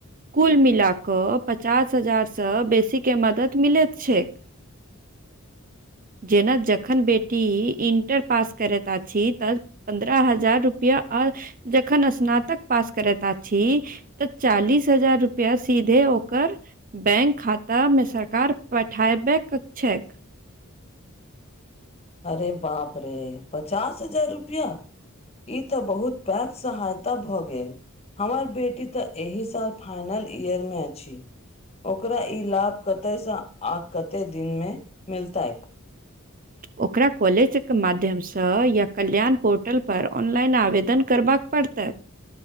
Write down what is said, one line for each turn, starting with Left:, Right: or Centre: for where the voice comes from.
Right: कुल मिला कऽ पचास हजारसँ बेसीके मदत मिलैत छै जेना जखन बेटी इण्टर पास करैत अछि त पन्द्रह हजार रुपआ आ जखन स्नातक पास करैत अथि तऽ चालीस हजार रुपया सीधे ओकर। बैंक खातामे सरकार पठैबयकऽ छै
Left: अरे बाप रे पचास हजार रुपया। ई तऽ बहुत पैघ सहायता भऽ गेल हमर बेटी तऽ एहि साल फाइनल ईयर मे अछि। ओकरा ई लाभ कते सँ आ कते दिनमे मिलतै
Right: ओ ओकरा कॉलेज के माध्यमसँ या कल्याण पोर्टल पर ऑनलाइन आवेदन करबाक पड़तै